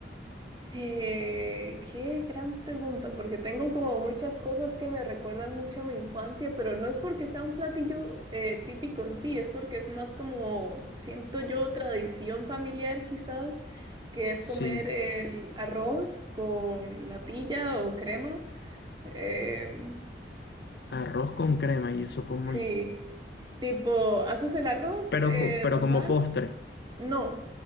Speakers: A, on the right; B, on the left.
A: Eh, qué gran pregunta, porque tengo como muchas cosas que me recuerdan mucho a mi infancia, pero no es porque sea un platillo eh, típico en sí, es porque es más como, siento yo, tradición familiar quizás, que es comer
B: Sí,
A: el arroz con natilla o crema. Em,
B: arroz con crema y eso como
A: sí,
B: es.
A: tipo, haces el arroz
B: Pero,
A: eh,
B: co- pero
A: normal.
B: como postre.
A: No,